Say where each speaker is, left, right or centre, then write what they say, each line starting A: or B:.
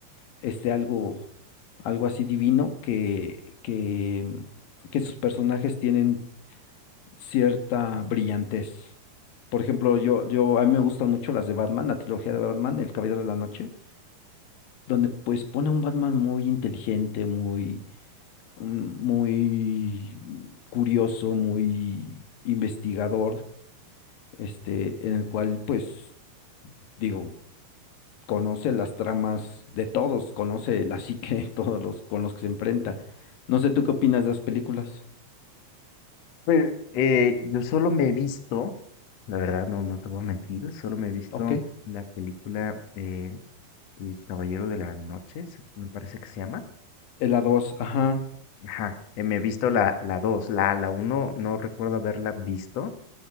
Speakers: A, on the left; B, on the left.
A: este algo, algo así divino que, que, que sus personajes tienen cierta brillantez. Por ejemplo, yo, yo, a mí me gustan mucho las de Batman, la trilogía de Batman, El Caballero de la Noche, donde pues pone a un Batman muy inteligente, muy, mm, muy curioso, muy investigador, este, en el cual pues, digo, conoce las tramas de todos, conoce la psique de todos los con los que se enfrenta. No sé, ¿tú qué opinas de las películas?
B: Pues eh, yo solo me he visto, la verdad no, no te voy a mentir, solo me he visto
A: Ok,
B: la película eh, El Caballero de la Noche, se- me parece que se llama.
A: en la 2, ajá,
B: Ajá, eh, me he visto la, la 2, la, la uno no recuerdo haberla visto,